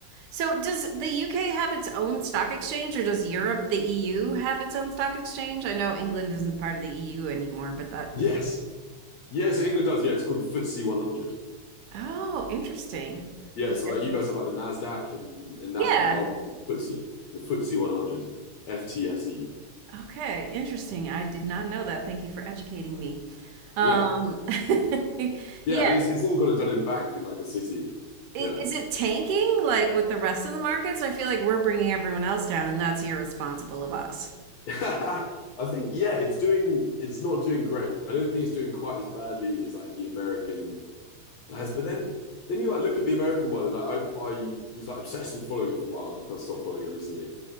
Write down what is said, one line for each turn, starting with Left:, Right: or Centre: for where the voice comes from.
Right: So does the UK have its own stock exchange or does Europe, the EU, have its own stock exchange? I know England isn't part of the EU anymore, but that
Left: Yes.
Right: used to-
Left: Yes, England does. Yeah, it's called the FTSE 100.
Right: Oh, interesting.
Left: Yeah, so
Right: Okay.
Left: like you guys have like the Nasdaq and and
Right: Yeah.
Left: that like oh FTSE, the FTSE 100, FTSE.
Right: Okay, interesting. I did not know that. Thank you for educating me. Um,
Left: Yeah,
Right: <laughs> yeah,
Left: yeah, and it's it's all kind of done in bank and like the city.
Right: I-
Left: Yeah,
Right: Is it tanking like with the rest of the markets? I feel like we're bringing everyone else down, and that's irresponsible of us.
Left: <laughs> I think yeah, it's doing it's not doing great. I don't think it's doing quite as badly as like the American Has but then then you like look at the American one and like I've I was like obsessed with following it for a while and I've kind of stopped following it recently